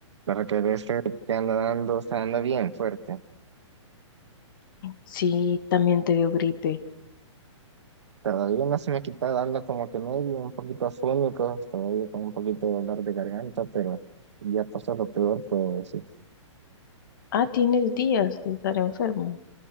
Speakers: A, on the right; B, on the left.
A: para que veas que te anda dando, o sea, anda bien fuerte.
B: Sí, también te dio gripe.
A: Todavía no se me ha quitado dando como que medio un poquito afónico, todavía con un poquito de dolor de garganta, pero ya pasó lo peor, pues sí.
B: Ah, tienes días de estar enfermo.